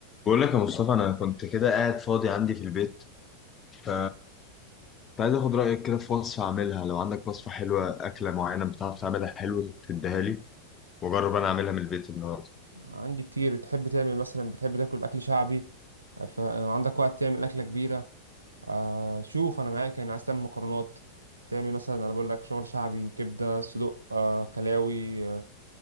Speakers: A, on the left; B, on the right.
A: بقول لك يا مصطفى انا كنت كده قاعد فاضي عندي في البيت ف كنت عايز اخد رايك كده في وصفه اعملها لو عندك وصفه حلوه اكله معينه بتعرف تعملها حلو تديها لي واجرب انا اعملها من البيت النهارده
B: عندي كتير تحب تعمل مثلا بتحب تاكل اكل شعبي فعندك وقت تعمل اكله كبيره آه شوف انا معاك يعني عايز تعمل مكرونات تعمل مثلا انا بقول لك شغل شعبي كبده صدق آه كلاوي آه